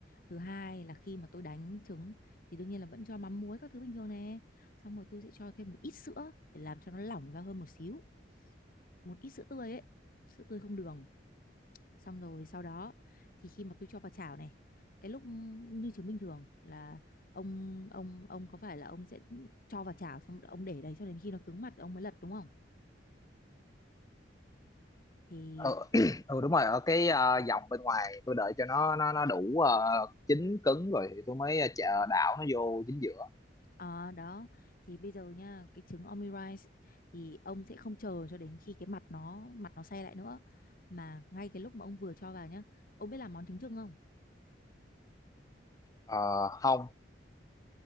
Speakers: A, on the left; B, on the left.
A: thứ hai là khi mà tôi đánh trứng thì đương nhiên là vẫn cho mắm muối các thứ bình thường nè xong rồi tôi sẽ cho thêm một ít sữa để làm cho nó lỏng ra hơn một xíu một ít sữa tươi ấy sữa tươi không đường xong rồi sau đó thì khi mà tôi cho vào chảo này cái lúc như trứng bình thường là ông ông ông có phải là ông sẽ cho vào chảo xong ông để đấy cho đến khi nó cứng mặt ông mới lật đúng không thì
B: ừ, <clears throat> ừ đúng rồi ở cái ờ, dòng bên ngoài tôi đợi cho nó nó nó đủ ờ, chín cứng rồi thì tôi mới ờ, chạ- đảo nó vô chính giữa
A: à, đó thì bây giờ nha cái trứng omurice thì ông sẽ không chờ cho đến khi cái mặt nó mặt nó xe lại nữa mà ngay cái lúc mà ông vừa cho vào nhá ông biết làm món trứng chưng không
B: Ờ, không